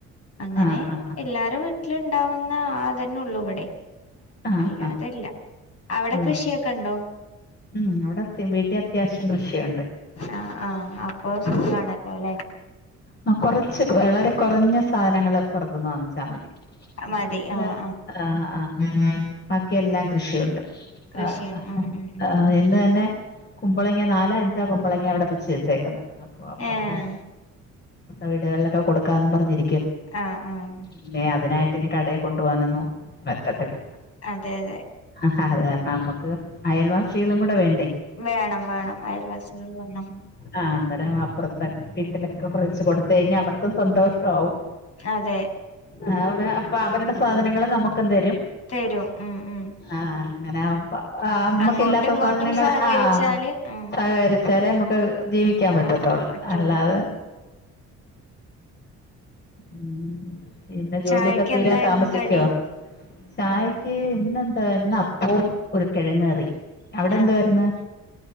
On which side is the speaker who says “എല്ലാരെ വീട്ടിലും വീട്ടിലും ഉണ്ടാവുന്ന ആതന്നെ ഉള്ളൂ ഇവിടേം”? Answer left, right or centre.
Left